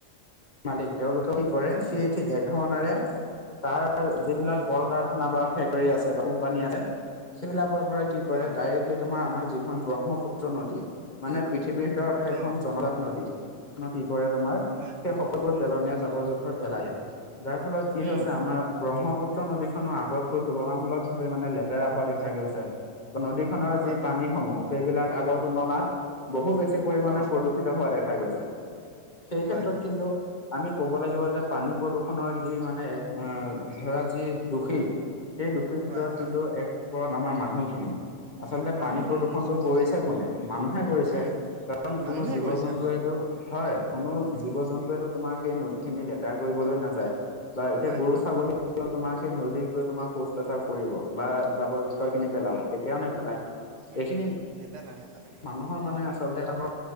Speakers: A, on the left (about 40°); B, on the right (about 70°).
A: মালিক তেওঁলোকে কি কৰে
B: হয়,
A: সেই
B: হয়।
A: ঠিক এক ধৰণেৰে
B: উম,
A: তাৰ যিবিলাক
B: উম,
A: কল কাৰ- খানাপাৰাত ফেক্টৰী আছে বা কোম্পানী আছে সেইবিলাকৰ পৰা কি কৰে
B: অ',
A: ডাইৰেক্ট কি তোমাৰ আমাৰ যিখন ব্ৰহ্মপুত্ৰ নদী মানে পৃথিৱীৰ ভিতৰতে এখন
B: অ',
A: জনজাত নদী। কি কৰে তোমাৰ
B: হয়,
A: সেই
B: হয়,
A: সকলোবোৰ
B: উম,
A: পেলনীয়া জাবৰ জোথৰ পেলালে দিয়ে যাৰ ফলত কি হৈছে
B: উম,
A: আমাৰ ব্ৰহ্মপুত- ত নদীখনো আগতকৈ তুলনামূলক ভাৱে মানে লেতেৰা হোৱা দেখা গৈছে। নদী যি
B: হয়, হয়,
A: পানীসমূহ সেইবিলাক আগৰ তুলনাত বহু বেছি পৰিমাণে
B: অ',
A: প্ৰদূ- ষিত হোৱা দেখা গৈছে। সেই
B: হয়,
A: ক্ষেত্ৰত
B: হয়,
A: কিন্তু আমি ক'ব লাগিব যে পানী প্ৰদূৰষণৰ যি মানে এক ধৰা যি দোষী, সেই দোষীৰ ভিতৰত
B: হয়, হয়,
A: কিন্তু এক ওপৰত আমাৰ মানুহখিনি আচলতে
B: মানুহখিনি
A: পানী প্ৰদূষণতটো
B: নিশ্চয়,
A: কৰিছে
B: নিশ্চয়,
A: কোনে মানুহে কৰিছে।
B: উম,
A: কাৰণ
B: মানুহে
A: কোনো জীৱ
B: কৰিছে
A: জন্তুৱেটো
B: হয়,
A: হয় কোনো
B: উম,
A: জীৱ জন্তুৱে তোমাৰ সেই নদ- খিনি লেতেৰা কৰিবলৈ নাযায় বা এতিয়া
B: হয়,
A: গৰু
B: হয়,
A: ছাগলী তোমাৰ সেই নদীত গৈ তোমাৰ শৌচ প্ৰস্ৰাৱ কৰিব বা জাবৰ জোথৰ
B: হয়।
A: খিনি পেলাব কেতিয়াও নে- পেলাই
B: উম
A: এইখিনি
B: নেপেলাই নেপেলাই হয়
A: মানুহৰ মানে আছ- চলতে এটা বৰ